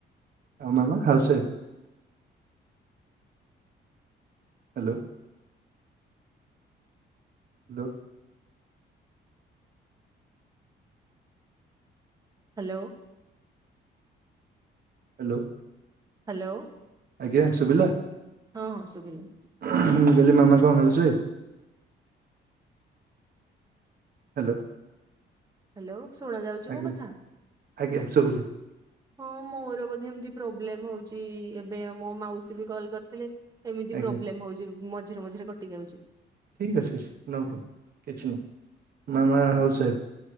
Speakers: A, on the right; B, on the right.
A: ଆଉ ମାମା housewife? Hello. Hello
B: hello.
A: Hello.
B: Hello.
A: ଆଜ୍ଞା ଶୁଭିଲା
B: ହଁ ଶୁଭିଲା
A: ମୁଁ କହିଲି ମାମା କଣ ହାଉସୱାଇଫ୍? ହ୍ୟାଲୋ।
B: ହ୍ୟାଲୋ ଶୁଣା ଯାଉଚି
A: ଆଜ୍ଞା
B: ମୋ କଥା?
A: ଆଜ୍ଞା ଶୁଭୁଛି
B: ହଁ ମୋର ବୋଧେ ଏମିତି ପ୍ରୋବଲେମ୍ ହଉଚି ଏବେ ଆମ ମୋ ମାଉସୀ ବି କଲ କରିଥିଲେ ଏମିତି
A: ଆଜ୍ଞା
B: ପ୍ରୋବଲେମ ହଉଚି ମଝିରେ ମଝିରେ କଟି ଯାଉଚି।
A: ଠିକ୍ ଅଛି ନୋ ପ୍ରୋ କିଛି ନୁହଁ। ମାମା ହାଉସ୍ ୱାଇଫ୍?